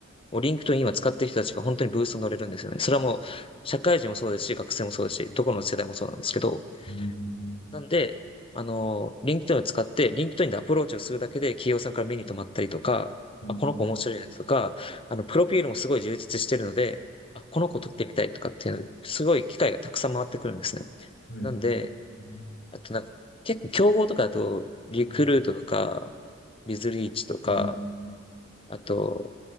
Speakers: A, on the left; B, on the left.
A: もうリンクトイン今使ってる人たちが本当にブーストに乗れるんですよね。それはもう、社会人もそうですし、学生もそうですし、どこの世代もそうなんですけど、
B: うん、
A: なんで、あの、リンク k e ンを使って、リンクトインでアプローチをするだけで企業さんから目に留まったりとか、
B: うん、
A: あ、この子面白いねとか、あの、プロフィールもすごい充実してるので、あ、この子取ってみたいとかっていう、すごい機会がたくさん回ってくるんですね。
B: はい、
A: なんで、
B: うん、
A: あとなんか、結構競合とかだと、リクルートとか、
B: うん、
A: ビズリーチとか、
B: うん、
A: あと、